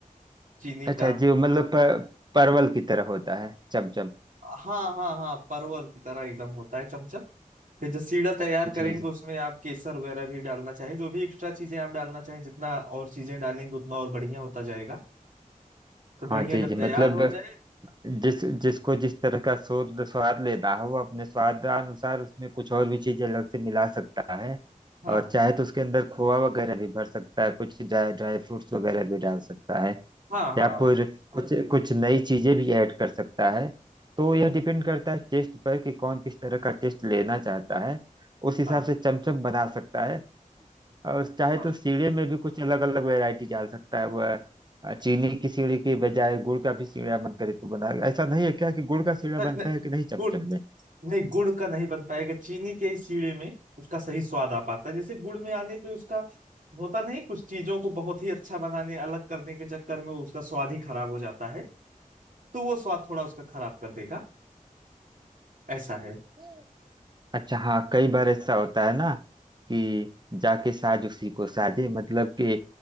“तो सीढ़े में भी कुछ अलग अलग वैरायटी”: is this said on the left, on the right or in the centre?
Right